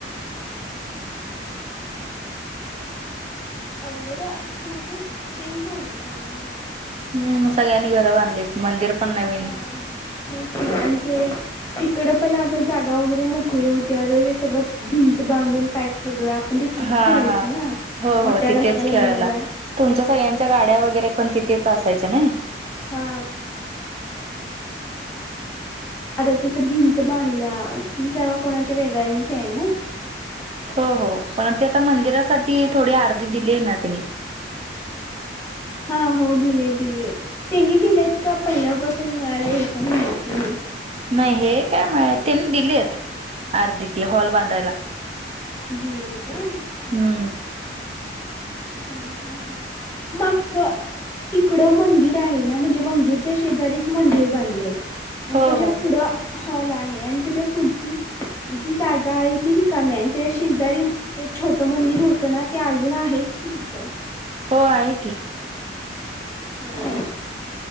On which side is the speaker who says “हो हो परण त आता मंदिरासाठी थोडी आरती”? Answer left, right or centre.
Right